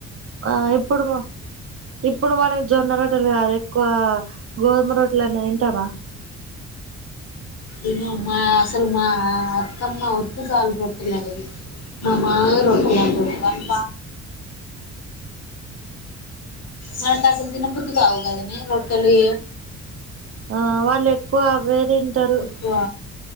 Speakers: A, on the right; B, on the left.
A: ఆ ఇప్పుడు మ ఇప్పుడు మనక్ జొన్న రొట్టెలు కాదే కో గోధుమ రొట్టెలైన తింటానా
B: ఇమ మా అసలు మా అత్తమ్మా ఒత్తే సాలు రొట్టెలంటది మా మావయ్య రొట్టల్ అంటాడు మనకి అసలు తిన బుద్ది కావుగాదనే రొట్టెలు
A: ఆ వాళ్ళు ఎక్కువ అవే తింటారు
B: ఎక్కువ